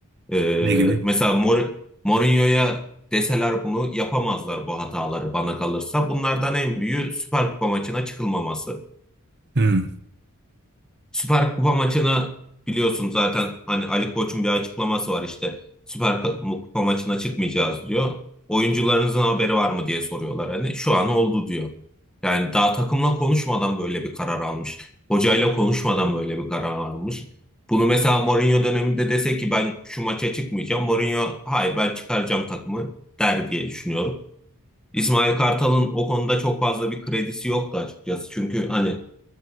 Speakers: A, in the centre; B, on the right (about 50°).
A: Ee,
B: Ne gibi?
A: mesela Mor- Mourinho'ya deseler bunu yapamazlar bu hataları bana kalırsa. Bunlardan en büyüğü Süper Kupa maçına çıkılmaması.
B: Hmm.
A: Süper Kupa maçını biliyorsun zaten hani Ali Koç'un bir açıklaması var işte Süper Kupa maçına çıkmayacağız diyor. Oyuncularınızın haberi var mı diye soruyorlar hani şu an oldu diyor. Yani daha takımla konuşmadan böyle bir karar almış. Hocayla konuşmadan böyle bir karar almış. Bunu mesela Mourinho döneminde dese ki ben şu maça çıkmayacağım. Mourinho hayır ben çıkaracağım takımı der diye düşünüyorum. İsmail Kartal'ın o konuda çok fazla bir kredisi yoktu açıkçası. Çünkü hani